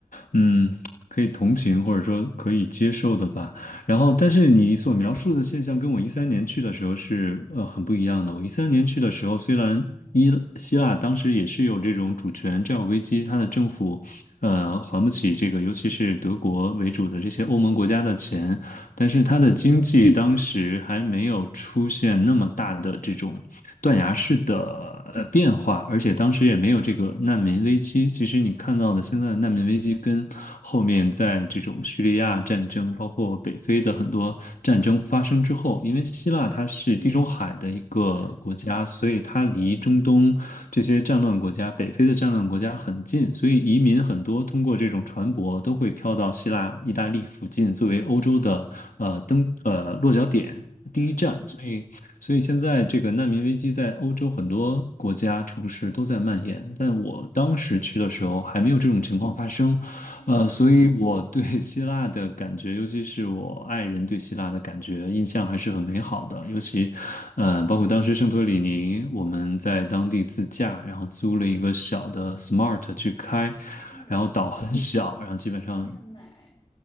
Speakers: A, on the left; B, on the left.
A: 嗯，可以同情或者说可以接受的吧。然后，但是你所描述的现象跟我一三年去的时候是呃很不一样的。我一三年去的时候，虽然伊希腊当时也是有这种主权债务危机，它的政府呃还不起这个，尤其是德国为主的这些欧盟国家的钱，
B: 嗯
A: 但是它的经济当时还没有出现那么大的这种。断崖式的呃变化，而且当时也没有这个难民危机。其实你看到的现在的难民危机，跟后面在这种叙利亚战争，包括北非的很多战争发生之后，因为希腊它是地中海的一个国家，
B: 嗯，对，
A: 所以它离中东这些战乱国家、北非的战乱国家很近，所以移民很多通过这种船舶都会飘到希腊、意大利附近，作为欧洲的呃登呃落脚点。
B: 嗯嗯
A: 第一站，所以所以现在这个难民危机在欧洲很多国家、城市都在蔓延，但我当时去的时候还没有这种情况发生，
B: 嗯
A: 呃，所以我对 <laughs> 希腊的感觉，尤其是我爱人对希腊的感觉，印象还是很美好的。尤其，呃，包括当时圣托里尼，我们在当地自驾，然后租了一个小的 Smart 去开，
B: 嗯。
A: 然后岛很小，然后基本上
B: 肯定很美，